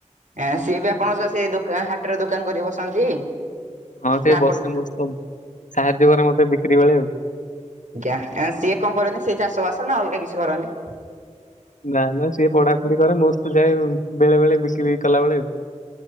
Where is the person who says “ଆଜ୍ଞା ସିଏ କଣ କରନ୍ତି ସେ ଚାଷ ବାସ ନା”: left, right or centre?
Right